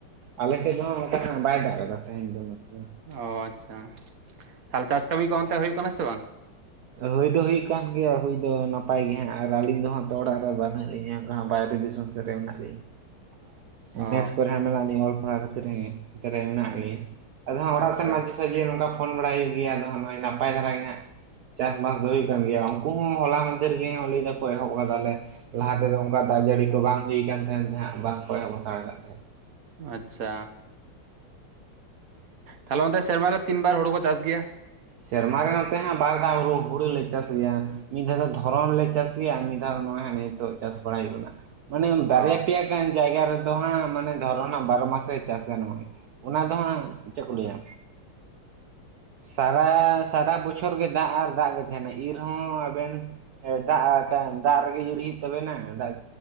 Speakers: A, on the right (about 80°); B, on the right (about 45°).
A: ᱟᱞᱮ ᱥᱮᱫ ᱫᱚ ᱱᱚᱠᱟ ᱫᱚ ᱦᱟᱸᱜ ᱵᱟᱭ ᱫᱟᱜ ᱠᱟᱫᱟ ᱛᱟᱦᱮᱧ ᱫᱚ ᱱᱚᱛᱮ ᱫᱚ᱾
B: ᱚ ᱟᱪᱪᱷᱟ ᱾ ᱛᱟᱦᱚᱞᱮ ᱪᱟᱥ ᱠᱟᱹᱢᱤ ᱠᱚ ᱚᱱᱛᱮ ᱦᱩᱭᱩᱜ ᱠᱟᱱᱟ ᱥᱮ ᱵᱟᱝ?
A: ᱦᱩᱭ ᱫᱚ ᱦᱩᱭᱩᱜ ᱠᱟᱱ ᱜᱮᱭᱟ ᱦᱩᱭ ᱫᱚ ᱱᱟᱯᱟᱭ ᱜᱮ ᱦᱟᱸᱜ ᱟᱨ ᱟᱹᱞᱤᱧ ᱫᱚ ᱦᱟᱸᱜ ᱛᱚ ᱚᱲᱟᱜ ᱨᱮ ᱵᱟᱹᱱᱩᱜ ᱞᱤᱧᱟᱹ ᱵᱟᱭᱨᱮ ᱫᱤᱥᱚᱢᱼᱼ ᱨᱮ ᱢᱮᱱᱟᱜ ᱞᱤᱧᱟ᱾
B: ᱚ
A: ᱵᱮᱥ ᱠᱚᱨᱮ ᱦᱚᱸ ᱢᱮᱱᱟᱜ ᱞᱤᱧ ᱚᱞ ᱯᱟᱲᱦᱟᱣ ᱠᱷᱟᱹᱛᱤᱨ ᱱᱚᱛᱮ ᱨᱮ ᱢᱮᱱᱟᱜ ᱞᱤᱧ᱾ ᱟᱫᱚ ᱦᱟᱸᱜ ᱚᱲᱟᱜ
B: ᱟᱪᱪᱷᱟ
A: ᱥᱮᱱ ᱢᱟᱡᱷᱤ ᱥᱟᱡᱷᱤ ᱱᱚᱝᱼᱠᱟ ᱦᱟᱸᱜ ᱯᱷᱳᱲ ᱵᱟᱲᱟᱭ ᱦᱩᱭᱩᱜ ᱜᱮᱭᱟ, ᱟᱫᱚ ᱱᱚᱜᱼᱚᱭ ᱱᱟᱯᱟᱭ ᱫᱷᱟᱨᱟ ᱜᱮ ᱦᱟᱸᱜ᱾ ᱪᱟᱥ ᱵᱟᱥ ᱫᱚ ᱦᱩᱭᱩᱜ ᱠᱟᱱ ᱜᱮᱭᱟ, ᱩᱱᱠᱩ ᱦᱚᱸ ᱦᱚᱞᱟ ᱢᱟᱫᱷᱮᱨ ᱨᱮ ᱞᱟᱹᱭ ᱮ ᱟᱠᱚ ᱮᱦᱚᱵ ᱠᱟᱫᱟᱞᱮ ᱾ ᱞᱟᱦᱟ ᱛᱮᱫᱚ ᱚᱱᱠᱟ ᱫᱟᱜ ᱡᱟᱹᱲᱤ ᱠᱚ ᱵᱟᱝ ᱦᱩᱭ ᱟᱠᱟᱱ ᱛᱟᱦᱮᱸ ᱛᱮ ᱵᱟᱝᱠᱚ ᱮᱦᱚᱵ ᱦᱟᱛᱟᱲ ᱟᱠᱟᱫ ᱛᱟᱦᱮᱸᱫ᱾
B: ᱟᱪᱪᱷᱟ᱾ ᱛᱟᱦᱞᱮ ᱚᱱᱛᱮ ᱥᱮᱨᱢᱟ ᱨᱮ ᱛᱤᱱ ᱵᱟᱨ ᱦᱩᱲᱩ ᱠᱚ ᱪᱟᱥ ᱜᱮᱭᱟ?
A: ᱥᱮᱨᱢᱟ ᱨᱮ ᱱᱚᱛᱮ ᱦᱟᱸᱜ ᱵᱟᱨ ᱫᱷᱟᱹᱣ ᱦᱩᱲᱩ ᱦᱩᱲᱩᱞᱮ ᱪᱟᱥ ᱜᱮᱭᱟ, ᱢᱤᱫ ᱫᱷᱟᱹᱣ ᱫᱚ ᱫᱷᱚᱨᱚᱱ ᱞᱮ ᱪᱟᱥᱼᱼ ᱪᱟᱥ, ᱢᱤᱫ ᱫᱷᱟᱹᱣ ᱱᱚᱜᱼᱚᱭ ᱦᱟᱸᱜ ᱱᱤᱛᱚᱜ ᱪᱟᱥ ᱵᱟᱲᱟᱭ ᱦᱩᱭᱩᱜ ᱠᱟᱱᱟ ᱾ ᱢᱟᱱᱮ ᱵᱟᱨᱭᱟ
B: ᱚ
A: ᱯᱮᱭᱟ ᱜᱟᱱ ᱡᱟᱭᱜᱟ ᱨᱮ᱾ ᱫᱚ ᱦᱟᱸᱜ ᱢᱟᱱᱮ ᱫᱷᱚᱨᱚ ᱱᱟ ᱵᱟᱨᱚ ᱢᱟᱥᱮ ᱪᱟᱥᱟ ᱱᱚᱜᱼᱚᱭ ᱚᱱᱟ ᱫᱚ ᱦᱟᱸᱜ ᱪᱮᱫ ᱠᱚ ᱞᱟᱹᱭᱟᱼᱼ ᱥᱟᱨᱟ ᱥᱟᱨᱟ ᱵᱚᱪᱷᱚᱨ ᱜᱮ ᱫᱟᱜ ᱟᱨ ᱫᱟᱜ ᱜᱮ ᱛᱟᱦᱮᱱᱟ ᱤᱨ ᱦᱚᱸ ᱟᱵᱮᱱᱼᱼ ᱦᱮᱸ ᱫᱟᱜ ᱫᱟᱜ ᱨᱮᱜᱮ ᱤᱨ ᱦᱩᱭᱩᱜ ᱛᱟᱵᱮᱱᱟ ᱫᱟᱜᱼᱼ